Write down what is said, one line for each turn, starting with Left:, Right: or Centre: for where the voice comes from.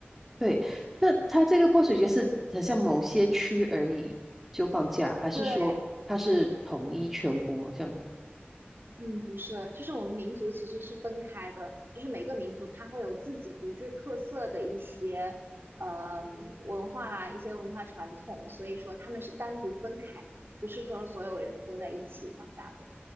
Centre: 对，那它这个泼水节是好像某些区而已就放假，还是说它是统一全国这样？
Right: 对，嗯，不是，就是我们民族其实是分开的，就是每个民族它会有自己独具特色的一些呃文化、一些文化传统，所以说他们是单独分开的，不是说所有人都在一起放假的。